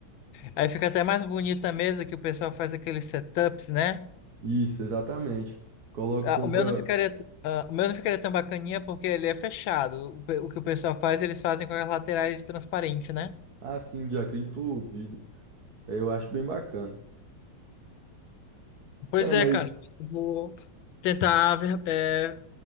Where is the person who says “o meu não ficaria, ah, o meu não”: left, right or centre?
Left